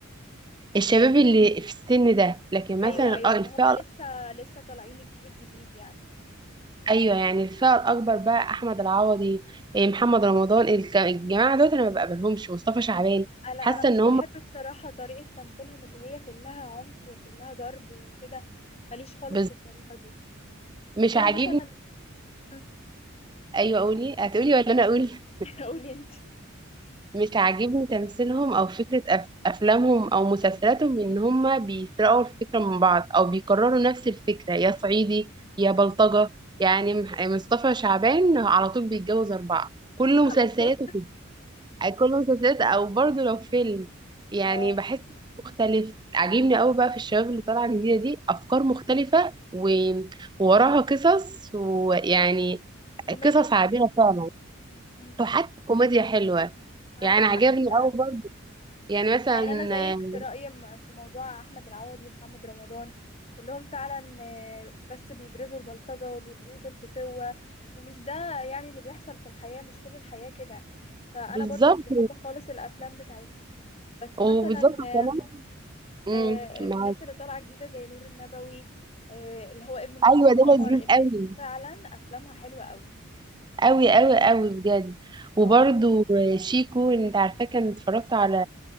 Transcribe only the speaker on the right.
الشباب اللي في السن ده لكن مثلا
آه،
الفئه
الأ-
ايوه يعني الفئه الاكبر بقى احمد العوضي آه، محمد رمضان الك- الجماعه دول انا ما بقبلهمش مصطفى شعبان
حاسه
ان هم
بز-
مش
عاجبني
ايوه قولي هتقولي ولا انا اقول
مش عاجبني تمثيلهم او فكرة أف... افلامهم او مسلسلاتهم ان هما بيسرقوا الفكرة من بعض او بيكرروا نفس الفكرة يا صعيدي يا
بلطجة يعني مح- مصطفى شعبان على طول بيتجوز اربعة كل
مسلسلاته
كده كل مسلسلات او برضه لو فيلم يعني
بحس مختلف عاجبني قوي بقى في الشباب اللي طالعة جديدة دي افكار مختلفة و... ووراها قصص ويعني
قصص
عابرة فعلا
وحتى كوميديا حلوة
يعني عجبني
قوي يعني مثلا
آه،
بالظبط
وبالظبط
كمان
امم
معاك
ايوه
ده لذيذ
قوي
قوي قوي قوي بجد وبرده
شيكو انت عارفاه كان اتفرجت على